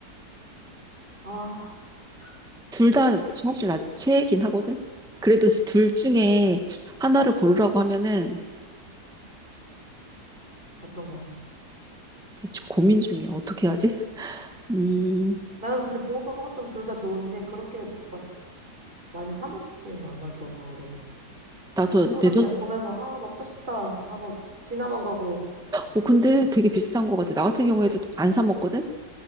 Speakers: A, on the right (about 30°); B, in the centre.
A: 아,
B: 둘 다 사실 나 최애긴 하거든. 그래도 둘
A: 붕어빵
B: 중에 하나를 고르라고 하면은
A: 어떤 거?
B: 지금 고민 중이야. 어떻게 해야지? 음,
A: 나는 근데 붕어빵 호떡 둘 다 좋은데 그렇게 막 많이 사 먹지는 않아 겨울에.
B: 나도
A: 항상
B: 내 돈,
A: 그냥 보면서 아 먹고 싶다 하고 지나만 가고.
B: 어, 근데 되게 비슷한 것 같아. 나 같은 경우에도 안 사 먹거든?